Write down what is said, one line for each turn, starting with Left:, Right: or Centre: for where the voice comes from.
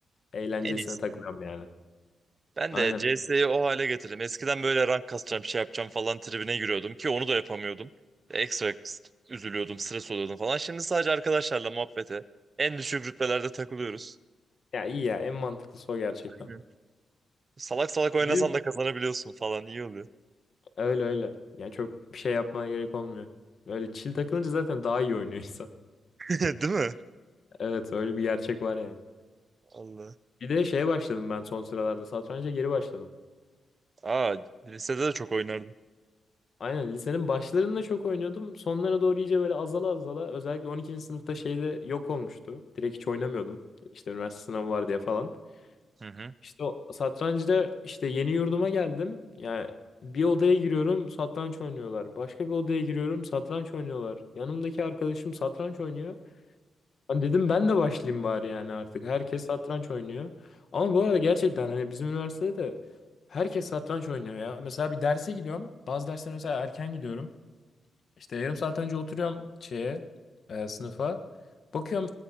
Left: Eğlencesine
Right: En iyisi.
Left: takılıyorum yani.
Right: Ben
Left: Aynen.
Right: de CS'yi o hale getirdim. Eskiden böyle rank kasacağım, şey yapacağım falan tribine giriyordum ki onu da yapamıyordum. Ekstra üzülüyordum, stres oluyordum falan. Şimdi sadece arkadaşlarla muhabbete, en düşük rütbelerde takılıyoruz.
Left: Ya iyi ya en mantıklısı o gerçekten.
Right: Aynen. Salak salak oynasan
Left: Benim
Right: da kazanabiliyorsun falan iyi oluyor.
Left: Öyle öyle. Yani çok bir şey yapmaya gerek olmuyor. Öyle chill takılınca zaten daha iyi oynuyor <laughs> insan.
Right: <laughs> Değil mi?
Left: Evet öyle bir gerçek var yani.
Right: Allah.
Left: Bir de şeye başladım ben son sıralarda. Satranca geri başladım.
Right: Aa, lisede de çok oynardım.
Left: Aynen lisenin başlarında çok oynuyordum. Sonlara doğru iyice böyle azala azala özellikle 12. sınıfta şeyde yok olmuştu. Direkt hiç oynamıyordum. İşte üniversite sınavı var diye falan.
Right: Hı hı.
Left: İşte o satrancıda işte yeni yurduma geldim. Yani bir odaya giriyorum satranç oynuyorlar. Başka bir odaya giriyorum satranç oynuyorlar. Yanımdaki arkadaşım satranç oynuyor. Hani dedim ben de başlayayım bari yani artık. Herkes satranç oynuyor. Ama bu arada gerçekten hani bizim üniversitede de herkes satranç oynuyor ya. Mesela bir derse gidiyorum. Bazı dersler mesela erken gidiyorum. İşte yarım saat önce oturuyorum şeye, e, sınıfa. Bakıyorum